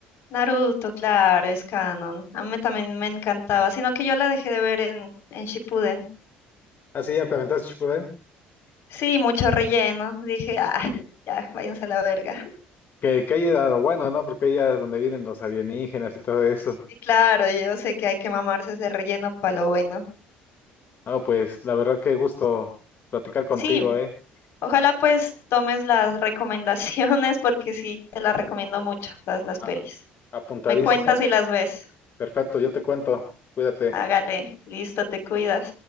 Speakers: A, on the left; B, on the left.
A: Naruto, claro, es canon. A mí también me encantaba, sino que yo la dejé de ver en, en Shippuden.
B: Así ya te aventaste, Shippuden?
A: Sí, mucho relleno. Dije, ah, <laughs> ya, váyanse a la verga.
B: Que, que ahí era lo bueno, ¿no? Porque ahí es donde vienen los alienígenas y todo eso.
A: Y claro, yo sé que hay que mamarse ese relleno para lo bueno.
B: No, pues la verdad que gusto platicar contigo,
A: Sí,
B: ¿eh?
A: ojalá pues tomes las recomendaciones <laughs> porque sí, te las recomiendo mucho, todas las
B: A-
A: pelis.
B: apuntadísimo.
A: Me cuentas si las ves.
B: Perfecto, yo te cuento. Cuídate.
A: Hágale, listo, te cuidas.